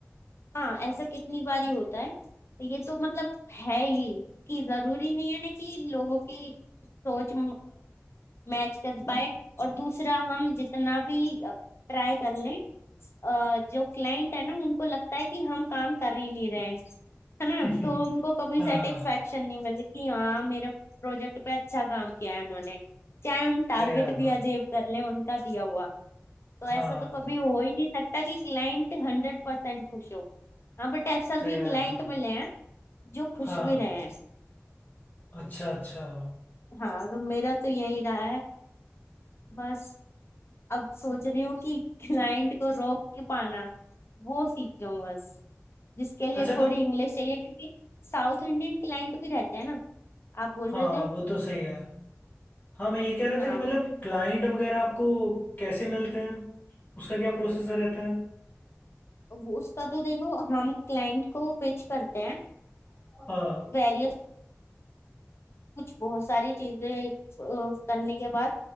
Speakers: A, on the left; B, on the left.
A: हाँ ऐसा कितनी बार ही होता है तो ये तो मतलब है ही कि जरूरी नहीं है कि लोगों की सोच मैच कर पाए और दूसरा हम जितना भी ट्राई कर लें अ, जो क्लाइंट है ना उनको लगता है कि हम काम कर ही नहीं रहे हैं है ना
B: <laughs>
A: तो उनको कभी
B: हाँ
A: सेटिस्फेक्शन नहीं मिलती कि हाँ मेरे प्रोजेक्ट पे अच्छा काम किया है उन्होंने चाहे हम टारगेट
B: सही बात
A: भी अचीव
B: है
A: कर लें उनका दिया हुआ तो
B: हाँ
A: ऐसा तो कभी हो ही नहीं सकता कि क्लाइंट हंड्रेड परसेंट खुश हो हाँ बट ऐसा
B: सही
A: भी
B: बात
A: क्लाइंट
B: है
A: मिले हैं जो खुश
B: हाँ
A: भी रहे हैं
B: अच्छा अच्छा
A: हाँ तो मेरा तो यही रहा है बस अब सोच रही हूँ कि क्लाइंट को रोक के पाना वो सीख जाऊँ बस जिसके लिए
B: अच्छा
A: थोड़ी
B: तो
A: इंग्लिश चाहिए क्योंकि साउथ इंडियन क्लाइंट भी रहते हैं ना आप बोल
B: हाँ
A: रहे थे
B: वो तो सही है हाँ मैं ये कह रहा
A: हाँ
B: था कि मतलब क्लाइंट वगैरह आपको कैसे मिलते हैं उसका क्या प्रोसेसर रहता है
A: वो- उसका तो देखो हम क्लाइंट को पिच करते हैं
B: हाँ
A: वेरियस कुछ बहुत सारी चीजें अ, करने के बाद